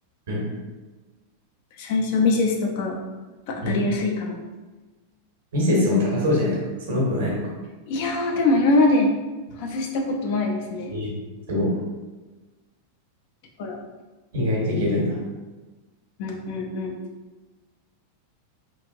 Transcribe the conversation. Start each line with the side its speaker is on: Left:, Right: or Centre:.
Right: うん、
Left: 最初ミセスとかが当たりやすいかな。
Right: うん。ミセスも高そうじゃないですか。そんなことないのか。
Left: いやー、でも今まで外したことないですね。
Right: えすご
Left: だから、
Right: い。意外といけるんだ。
Left: うんうんうん。